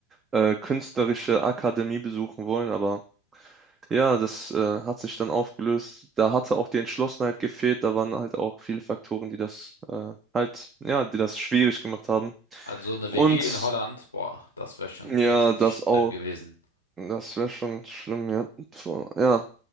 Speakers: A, on the right; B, on the left.
A: äh, künstlerische Akademie besuchen wollen, aber ja, das äh, hat sich dann aufgelöst. Da hatte auch die Entschlossenheit gefehlt. Da waren halt auch viele Faktoren, die das äh, halt, ja, die das schwierig gemacht haben.
B: Also eine
A: Und
B: WG in Holland, boah, das wäre schon
A: ja,
B: echt
A: das
B: schlimm
A: auch,
B: gewesen.
A: das wäre schon schlimm, ja. So, ja.